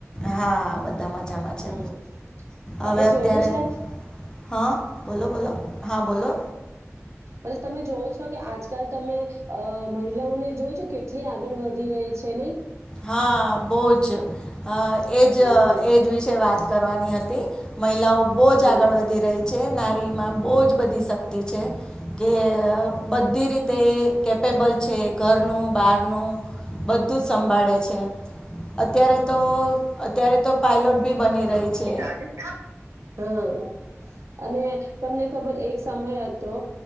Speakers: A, on the left; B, on the right.
A: હા બધા મજામાં છે
B: હમ
A: હવે
B: તમે
A: અત્યારે
B: જોયું છે
A: હા બોલો બોલો હા બલો
B: બ તમે જોવ છો કે આજકાલ તમે અ મહિલાઓને જોવ છો કેટલી આગળ વધી રહી છે નહી
A: હા બહ જ હ એ જ
B: હમ
A: એ જ વિશે વાત કરવાની હતી મહિલાઓ બહુ
B: હમ
A: જ આગળ વધી રહી છે નારી માં બહુ જ બધી શક્તિ છે કે બધી રીતે કેપેબલ છે ઘરનું બહારનું બધું જ સમ ે છે અત્યારે તો અત્યારે તો પાયલોટ ભી બની રહી
B: રાજસ્થાન
A: છે
B: હમ અને તમને ખબર એક સમય હતો